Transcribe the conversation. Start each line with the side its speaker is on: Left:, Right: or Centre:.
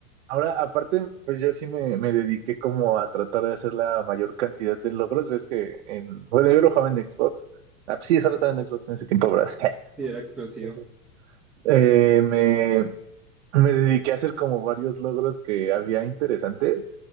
Right: Ahora, aparte, pues yo sí me, me dediqué como a tratar de hacer la mayor cantidad de logros. Ves que en, bueno, yo lo jugaba en Xbox. Ah, pues sí, solo estaba en Xbox en ese tiempo, ¿verdad? <laughs>
Centre: Sí, era exclusivo.
Right: Eh, me, me dediqué a hacer como varios logros que había interesantes.